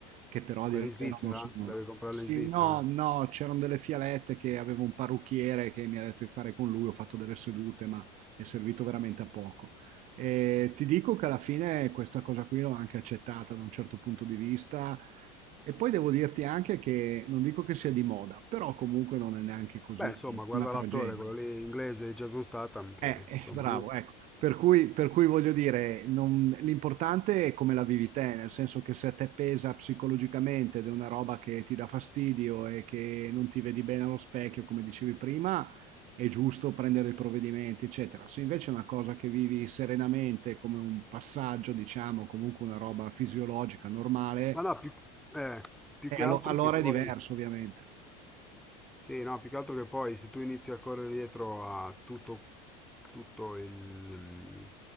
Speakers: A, on the right (about 45°); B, in the centre.
A: che però a
B: Quella
A: dire il
B: in Svizzera?
A: vero non sono...
B: Devi comprarla
A: Sì,
B: in Svizzera?
A: no, no, c'erano delle fialette che avevo un parrucchiere che mi ha detto di fare con lui, ho fatto delle sedute, ma è servito veramente a poco. E ti dico che alla fine questa cosa qui l'ho anche accettata da un certo punto di vista e poi devo dirti anche che non dico che sia di moda, però comunque non è neanche così
B: Beh, insomma, guarda
A: una tragedia.
B: l'attore, quello lì inglese, Jason Statham, che
A: Eh, eh,
B: insomma...
A: bravo,
B: lui-
A: ecco. Per cui, per cui voglio dire, non- l'importante è come la vivi te, nel senso che se a te pesa psicologicamente ed è una roba che ti dà fastidio e che non ti vedi bene allo specchio, come dicevi prima, è giusto prendere i provvedimenti, eccetera. Se invece è una cosa che vivi serenamente, come un passaggio, diciamo, comunque una roba fisiologica, normale,
B: Ma no, più, eh, più
A: eh,
B: che
A: allo-
B: altro
A: allora
B: che poi...
A: è diverso, ovviamente.
B: Sì, no, più che altro che poi se tu inizi a correre dietro a tutto tutto il mh,